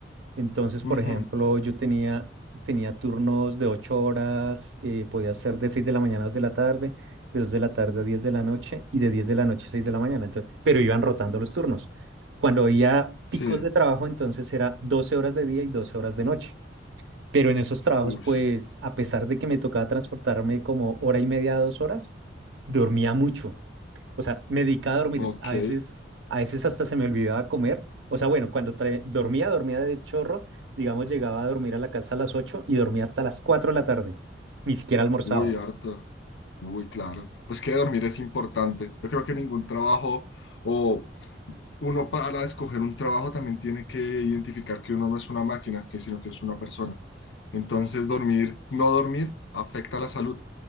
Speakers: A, on the right; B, on the left.
A: Entonces,
B: Ujú,
A: por ejemplo, yo tenía, tenía turnos de 8 horas, eh, podía ser de 6 de la mañana a 2 de la tarde, de 2 de la tarde a 10 de la noche y de 10 de la noche a 6 de la mañana. Entonces, pero iban rotando los turnos. Cuando había
B: Sí,
A: picos de trabajo, entonces era 12 horas de día y 12 horas de noche. Pero en esos trabajos,
B: uy,
A: pues, a pesar de que me tocaba transportarme como hora y media, dos horas, dormía mucho. O sea, me dedicaba a dormir.
B: ok.
A: A veces, a veces hasta se me olvidaba comer. O sea, bueno, cuando tra- dormía, dormía de chorro. Digamos, llegaba a dormir a la casa a las 8 y dormía hasta las 4 de la tarde. Ni siquiera almorzaba.
B: Uy, harto. Muy claro. Pues que dormir es importante. Yo creo que ningún trabajo o uno para escoger un trabajo también tiene que identificar que uno no es una máquina, que sino que es una persona. Entonces, dormir, no dormir afecta la salud.